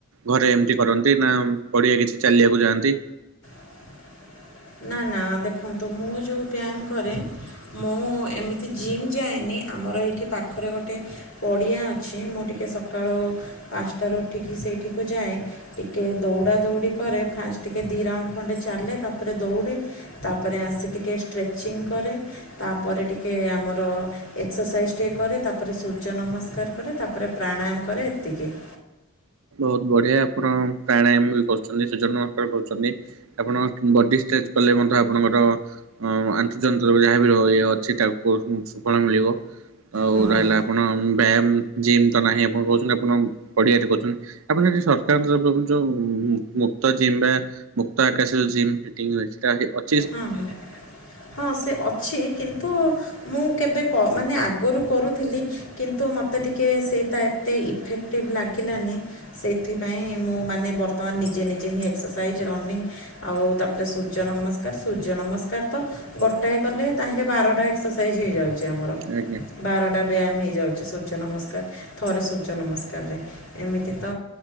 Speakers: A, on the right; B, on the left.
A: ଘରେ ଏମିତି କରନ୍ତି ନା ପଡିଆ କିଛି ଚାଲିବାକୁ ଯାଆନ୍ତି
B: <unintelligible> ନା ନା ଦେଖନ୍ତୁ ମୁଁ ଯୋଉ ବ୍ୟାୟାମ କରେ ମୁଁ ଏମିତି ଜିମ୍ ଯାଏନି ଆମର ଏଇଠି ପାଖରେ ଗୋଟେ ପଡ଼ିଆ ଅଛି ମୁଁ ଟିକିଏ ସକାଳ ପାଞ୍ଚଟାରୁ ଉଠିକି ସେଇଠିକୁ ଯାଏ ଟିକଏ ଦୌଡ଼ା ଦୌଡ଼ି କରେ ଫାଷ୍ଟ ଟିକେ ଦୁଇ ରାଉଣ୍ଡ ଖଣ୍ଡେ ଚାଲେ ତା ତାପରେ ଦୌଡ଼େ ତାପରେ ଆସି ଟିକେ ଷ୍ଟ୍ରେଚିଂ କରେ ତାପରେ ଟିକଏ ଆମର ଏକ୍ସରସାଇଜ ଟିକେ କରେ ତାପରେ ସୂର୍ଯ୍ୟ ନମସ୍କାର କରେ ତାପରେ ପ୍ରାଣାୟାମ କରେ ଏତିକି <inaudible>
A: ବହୁତ ବଢ଼ିଆ ଆପଣ ପ୍ରାଣାୟାମ ବି କରୁଛନ୍ତି। ସୂର୍ଯ୍ୟ ନମସ୍କାର କରୁଛନ୍ତି, ଆପଣ ବଡି ଷ୍ଟ୍ରେଚ କଲେ ବୋହୁତ ମଧ୍ୟ ଆପଣଙ୍କର ଆନ୍ତର୍ଜନିତ ଯାହାବ ଇଏ ଅଛି ତାକୁ ସୁଫଳ ମିଳିବ। ଆଉ
B: ହଁ
A: ରହିଲା ଆପଣ ବ୍ୟାୟାମ ଜିମ୍ ତ ନାହିଁ ଆପଣ କହୁଛନ୍ତି ଆପଣ ପଡ଼ିଆରେ କରୁଚନ୍ତି। ଆପଣ ସେଠି ସରକାରଙ୍କ ତରଫରୁ ଯୋଉ ମୁକ୍ତ ଜିମ୍ ବା ମୁକ୍ତ ଆକାଶରେ ଯୋଉ ଜିମ୍ ଫିଟିଙ୍ଗ ହୁଏ। <unintelligible>
B: ହଁ ହଁ ହଁ ସେ ଅଛି। କିନ୍ତୁ ମୁଁ କେବେ ମାନେ ଆଗରୁ କରୁଥିଲି କିନ୍ତୁ ମୋତେ ଟିକେ ସେଇଟା ଏତେ ଇଫେକ୍ଟିଭ ଲାଗିଲାନି ସେଇଥିପାଇଁ ମୁଁ ମାନେ ବର୍ତ୍ତମାନ ନିଜେ ନିଜେ ହିଁ ଏକ୍ସରସାଇଜ୍ ରନିଂ ଆଉ ତାପରେ ସୂର୍ଯ୍ୟ ନମସ୍କାର ସୂର୍ଯ୍ୟ ନମସ୍କାର ତ ଗୋଟାଏ କଲେ ତାହିଁରେ ବାରଟା ଏକ୍ସରସାଇଜ୍ ହେଇଯାଉଛି। ଆମର
A: ଆଜ୍ଞା
B: ବାରଟା ବ୍ୟାୟାମ ହେଇଯାଉଛି। ସ୍ୱର୍ଯ୍ୟ ନମସ୍କାର ଥରେ ସୂର୍ଯ୍ୟ ନମସ୍କାରରେ ଏମିତି ତ